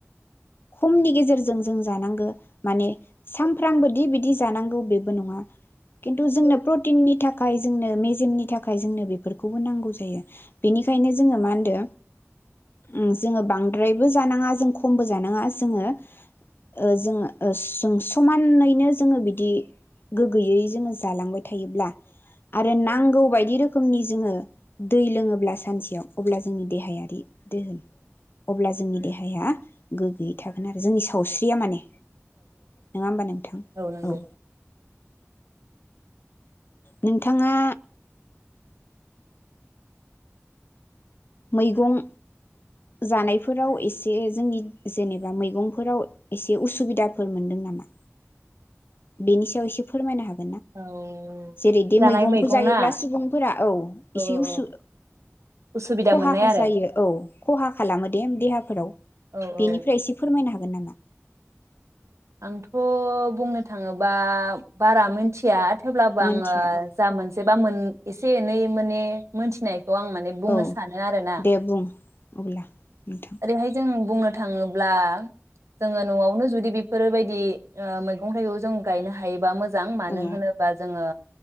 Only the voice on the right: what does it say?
नोंगौ।
औ
जानाय
मैगं
ना
औ
औ उसुबिदा
मोननाय
आरो
औ औ
आंथ' बुंनो थाङोबा बारा मोनथिया। अब्लाबो
आङो
जा मोनसे बा मोन एसे एनै माने मोनथिनाय खौ आं माने बुंनो
सानो आरोना
ओरैहाय जों बुंनो थाङोब्ला जोङो न'आवनो जुदि बि फोरबायदि ओ मैगं थाइगं जों गायनो हायोबा मोज जां मानो
होनोबा जोङो।